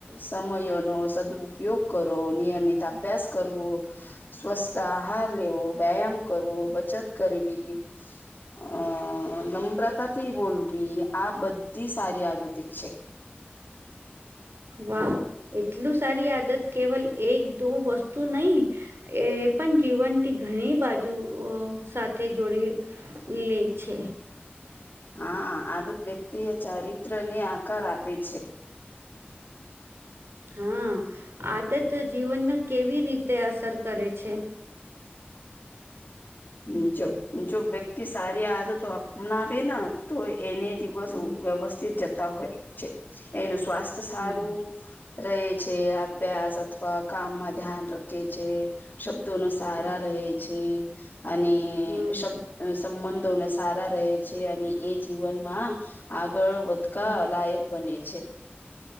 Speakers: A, on the left; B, on the right.
A: સમયનો સદપયોગ કરો, નિયમિત તો અભ્યાસ કરવું, સ્વસ્થ આહાર લેવો, વ્યાયામ કરવો, બચત કરવી, અ નમ્રાતાથી બોલવી, આ બધી સારી આદત છે.
B: વાહ એટલું સારી આદત કેવલ એક દો વસ્તુ નહી. એ પણ જીવનથી ઘણી બાજુ સાથે જોડી લે છે.
A: હા આદત વ્યક્તિ એ ચારિત્રને આકાર આપે છે.
B: હા, આદત જીવનને કેવી રીતે અસર કરે છે?
A: જો જો વ્યક્તિ સારી આદતો અપનાવે ને તો એન
B: હમ
A: વ્યવસ્થિત જતા હોય છે એનું સ્વાસ્થ્ય સારું.
B: હમ
A: રહે છે આભ્યાસ અ અથવા કામમાં ધ્યાન રખે છે, શબ્દોનો સારા
B: હમ
A: રહે છે. અને
B: હમ
A: શબ્દ અને સંબંધોને સારા રહે છે. અને એ જીવનમાં આગળ વધ કા
B: હમ
A: લાયક બને છે.